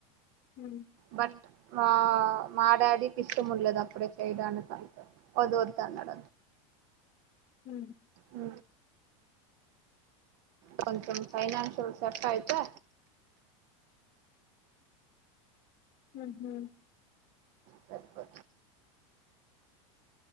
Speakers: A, on the left (about 40°); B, on the right (about 55°).
A: హు
B: బట్ మా మా డాడికి ఇష్టములేదు అప్పుడె ఎడనుకా వద్ వద్దు అన్నడ
A: హు
B: ఉ కొంచం ఫైనాన్షియల్ సెట్ ఆయితే
A: హుహూ
B: సరిపో